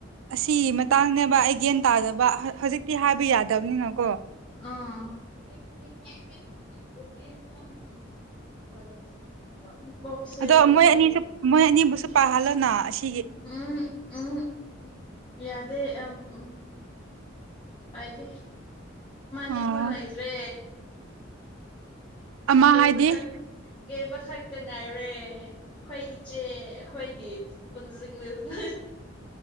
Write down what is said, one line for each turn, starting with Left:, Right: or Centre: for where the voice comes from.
Right: ꯑꯁꯤꯒꯤ ꯃꯇꯥꯡꯅꯦꯕ ꯑꯩ ꯒ꯭ꯌꯥꯟ ꯇꯥꯗꯕ ꯍꯧꯖꯤꯛꯇꯤ ꯍꯥꯏꯕ ꯌꯥꯗꯕꯅꯤꯅꯀꯣ
Left: ꯑꯥ <unintelligible>
Right: ꯑꯗꯣ
Left: ꯌꯥꯗ꯭ꯔꯦ
Right: ꯃꯣꯏ ꯑꯅꯤꯁꯨ ꯃꯣꯏ ꯑꯅꯤꯕꯨꯁꯨ ꯄꯍꯜꯣꯅ ꯑꯁꯤ
Left: ꯎꯝ ꯎꯝ ꯌꯥꯗꯦ ꯑ ꯎꯝ ꯑꯥꯏꯗꯤ
Right: ꯑꯣ
Left: ꯗꯤ ꯐꯣꯟ ꯂꯩꯇ꯭ꯔꯦ
Right: ꯑꯃ
Left: ꯀꯦꯕ
Right: ꯍꯥꯏꯗꯤ
Left: ꯈꯛꯇ ꯀꯦꯕ ꯈꯛꯇ ꯉꯥꯏꯔꯦ ꯑꯩꯈꯣꯏ ꯏꯆꯦ ꯑꯩꯈꯣꯏꯒꯤ ꯄꯨꯟꯁꯤꯡꯂꯤꯅ